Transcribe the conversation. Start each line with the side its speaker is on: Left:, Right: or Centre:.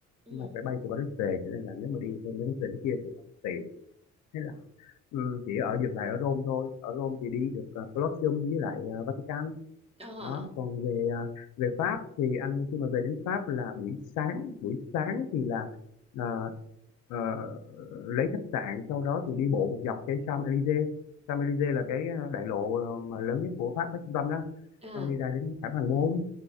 Right: ừ
Left: nên là phải bay từ Paris về cho nên là nếu mà đi thêm mấy cái tỉnh kia thì nó không tiện thế Ừ, chỉ ở dừng lại ở Rome thôi ở Rome thì đi được ờ, Colosseum với lại ờ, Vatican
Right: ờ
Left: đó còn về ờ, về Pháp thì anh khi mà về đến Pháp là buổi sáng buổi sáng thì là ờ, ờ, lấy khách sạn sau đó thì đi bộ một dọc cái Champs-Élysées Champs-Élysées là cái ờ, đại lộ ờ, mà lớn nhất của Pháp ở trung tâm đó
Right: ờ
Left: xong đi ra đến Thảo Hoàng Môn